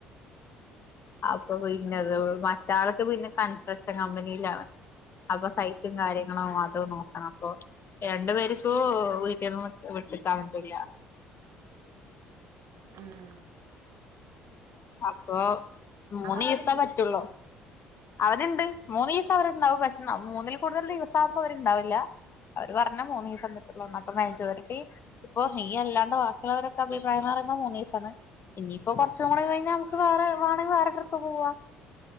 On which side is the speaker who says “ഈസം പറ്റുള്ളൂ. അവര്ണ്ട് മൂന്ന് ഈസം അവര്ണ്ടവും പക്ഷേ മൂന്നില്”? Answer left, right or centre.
Left